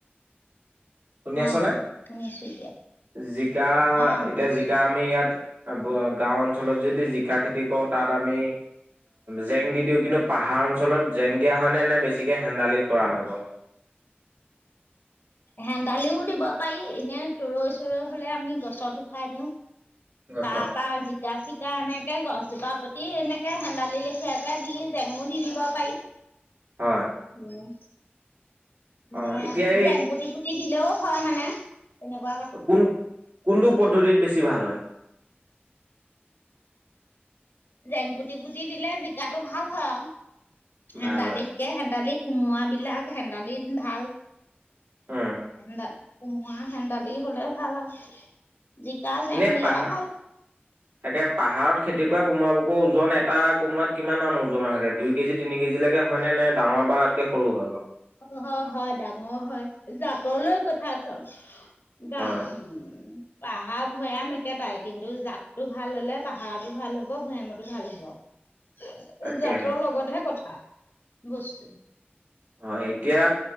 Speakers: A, on the right; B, on the left.
A: শুনি আছ
B: অ
A: নে?
B: শুনিছো এতিয়া
A: জিকা
B: অ
A: এতিয়া
B: শুনিছো
A: জিকা আমি ইয়াত গাও অঞ্চলত যদি জি জিকা খেতি কৰো তাত আমি জেং দি দিওঁ কিন্তু পাহাৰ অঞ্চলত জেং দিয়া হয়নে নে বেছিকে হেন্দালি কৰা হয় কহ?
B: হেন্দালিও দিব পাৰি, এনে তৰৈ চৰৈ হলে আমি গছত উঠাই দিওঁ।
A: গছত
B: তাৰপা জিকা চি এতিয়া এনেকে গছজোপা পুতি এনেকে হেন্দালি লেখিয়াকে দি জেঙু দি দিব পাৰি।
A: হয়
B: উ
A: অ
B: নে
A: এতিয়া এই
B: জেংপুতি পুতি দিলেও হয় মানে। তেনেকুৱা কথা
A: কোন কোনটো পদ্ধতিত বেছি ভাল হয়?
B: জেংপুতি পুতি দিলে জিকাটো ভাল হয় আৰু। হেন্দালিত
A: ভাল হয়
B: কে হেন্দালিক কোমোৱাবলাক হেন্দালিত ভাল।
A: উম
B: এন্ত কুমুৱা হেণ্ডালি হলে ভাল আৰু। জিকা জেং
A: এনে
B: দিয়াই
A: পাহাৰ
B: ভাল।
A: তাকে পাহাৰত খেতি কৰা কোমোৰা বুকৰ ওজন এটা কোমোৰাত কিমান মান ওজন হয়গে, দুই কেজি তিনি কেজিলৈকে হয়নে নে? ডাঙৰ বা তাতকে সৰু হয় বাৰু?
B: অ হয়-হয় ডাঙৰ হয়। জাতলৈ কথা চব। গা
A: হয়।
B: উ পাহাৰ ভৈয়াম একেটাই কিন্তু জাততটো ভাল হলে পাহাৰতো ভাল হব, ভৈয়ামতো ভাল হব।
A: তাকেহে
B: জাতৰ লগতহে কথা গছ <unintelligible>
A: হয় এতিয়া